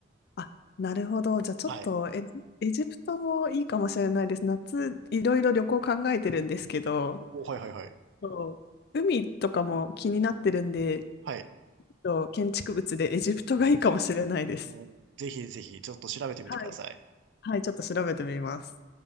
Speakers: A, on the left; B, on the right.
A: あ、なるほど。じゃあちょっとエジ、
B: はい。
A: エジプトもいいかもしれないです。夏、いろいろ旅行考えてるんですけど、
B: おはいはいはい。
A: そう海とかも気になってるんで、
B: はい。
A: と建築物でエジプトがいいかもしれないです。
B: おぜひぜひ、ちょっと調べてみてください。
A: はい。はい、ちょっと調べてみます。